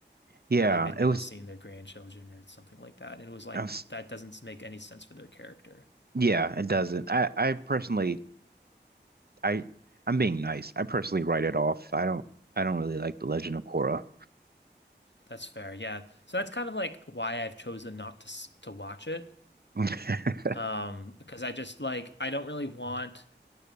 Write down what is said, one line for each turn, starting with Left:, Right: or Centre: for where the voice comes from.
Right: yeah.
Left: Or like they'd never
Right: It was,
Left: seen their grandchildren or something like that. And it was like
Right: I was,
Left: that doesn't make any sense for their character.
Right: yeah. It doesn't. I I personally I I'm being nice. I personally write it off. I don't I don't really like The Legend of Korra.
Left: That's fair. Yeah. So that's kind of like why I've chosen not to s- to watch it.
Right: <laughs>
Left: Um, because I just like I don't really want